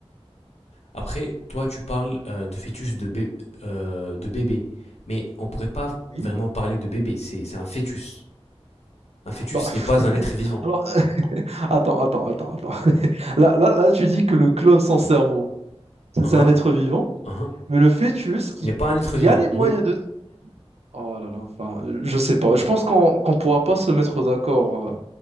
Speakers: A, on the left; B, on the right.
A: Après, toi, tu parles euh, de fœtus de, bé- euh, de bébé, mais on pourrait pas
B: Oui.
A: vraiment parler de bébé. C'est un fœtus. Un fœtus
B: Bah, <laughs>
A: n'est pas un être vivant.
B: alors, euh, attends, attends, attends, attends. <laughs> Là, là, là, tu dis que le clone sans cerveau, c'est
A: Hein
B: c'est un être vivant,
A: Hein
B: mais le fœtus qui,
A: N'est pas un être
B: qui
A: vivant.
B: a les moyens
A: Oui.
B: de... Oh là là, enfin, je sais pas. Je pense qu'on qu'on pourra pas se mettre d'accord euh,